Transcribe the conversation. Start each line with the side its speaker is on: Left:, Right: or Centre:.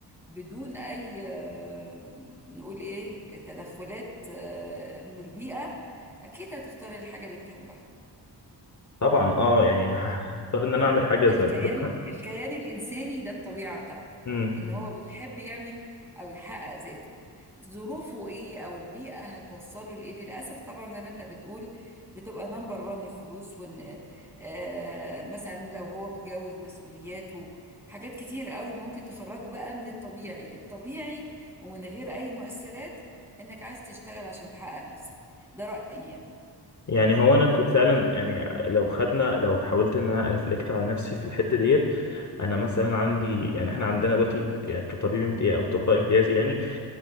Centre: بدون اي آه نقول ايه تدخلات آه من البيئة اكيد هتختار الحاجة اللي بتحبها
Left: طبعا اه يعني هختار ان انا اعمل حاجه زي
Centre: الكيان
Left: ما بحبها
Centre: الكيان الإنساني ده الطبيعة بتاعته
Left: امم
Centre: إن هو بيحب يعمل أو يحقق ذاته ظروفه إيه أو البيئة هتوصله لإيه للأسف طبعا زي ما أنت بتقول بتبقى نمبر وان الفلوس وإن آه مثلا لو هو متجوز مسؤولياته حاجات كتير قوي ممكن تخرجه بقى من الطبيعي الطبيعي ومن غير أي مؤثرات إنك عايز تشتغل عشان تحقق نفسك ده رأيي يعني
Left: يعني هو انا كنت فعلا يعني لو خدنا لو حاولت ان انا ريفلكت على نفسي في الحته ديت انا مثلا عندي يعني احنا عندنا دلوقتي ك- كطبيب امتياز او طباء امتياز يعني